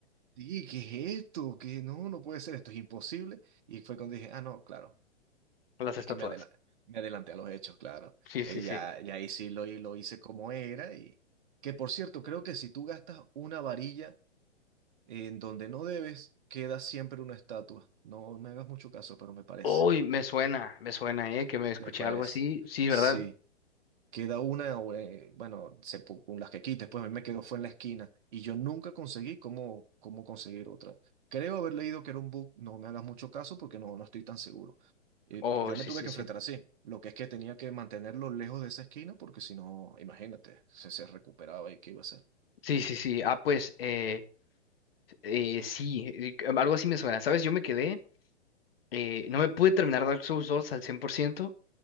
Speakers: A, on the right (about 45°); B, on the left (about 55°).
A: Sí, ¿qué es esto? ¿Qué? No, no puede ser, esto es imposible. Y fue cuando dije, ah, no, claro,
B: <laughs> Las
A: es
B: estatuas.
A: que me adelanté, me adelanté a los hechos, claro.
B: Sí,
A: Eh,
B: sí, sí.
A: ya, ya ahí sí lo, lo hice como era y... Que por cierto, creo que si tú gastas una varilla en donde no debes, queda siempre una estatua. No me hagas mucho caso, pero me parece.
B: Uy, me suena, me suena, ¿eh? Que me escuché
A: Me parece.
B: algo así. Sí,
A: Sí.
B: ¿verdad?
A: Queda una, o, eh, bueno, se, pu- con las que quites, pues a mí me quedó fue en la esquina y yo nunca conseguí cómo, cómo conseguir otra. Creo haber leído que era un book, no me hagas mucho caso porque no, no estoy tan seguro. Eh,
B: Oh,
A: yo
B: sí,
A: me tuve
B: sí,
A: que
B: sí.
A: enfrentar así, lo que es que tenía que mantenerlo lejos de esa esquina porque si no, imagínate, se, se recuperaba y qué iba a hacer.
B: Sí, sí, sí. Ah, pues, eh, eh, sí, eh, algo así me suena. ¿Sabes? Yo me quedé, eh, no me pude terminar Dark Souls 2 al 100%